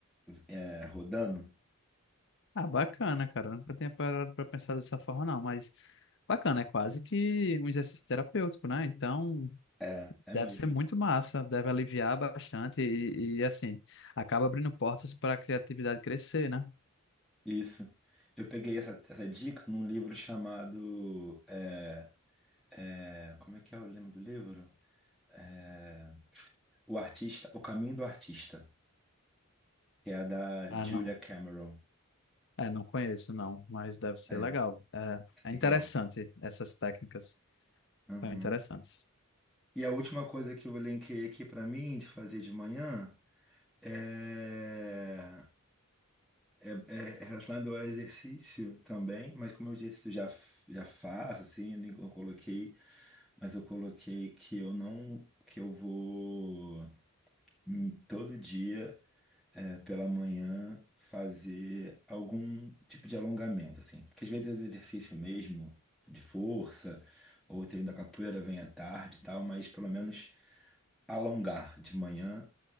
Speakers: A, in the centre; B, on the left.
A: é, rodando.
B: Ah, bacana, cara. Nunca tinha parado pra pensar dessa forma, não, mas bacana, é quase que um exercício terapêutico, né? Então.
A: É, é
B: Deve
A: mesmo.
B: ser muito massa, deve aliviar bastante e, e, assim, acaba abrindo portas para a criatividade crescer, né?
A: Isso. Eu peguei essa, essa dica num livro chamado. é, é, como é que é o nome do livro? É, o Artista, O Caminho do Artista, que é da
B: Ah,
A: Julia
B: não,
A: Cameron.
B: é, não conheço, não, mas deve ser
A: É,
B: legal. É, é
A: legal.
B: interessante, essas técnicas
A: Aham.
B: são interessantes.
A: E a última coisa que eu elenquei aqui para mim de fazer de manhã é, é, é relacionado ao exercício também, mas como eu disse, eu já, f- já faço, assim, eu nem eu coloquei, mas eu coloquei que eu não, que eu vou hum, todo dia é, pela manhã fazer algum tipo de alongamento, assim, porque às vezes o exercício mesmo de força ou o treino da capoeira vem à tarde e tal, mas pelo menos alongar de manhã,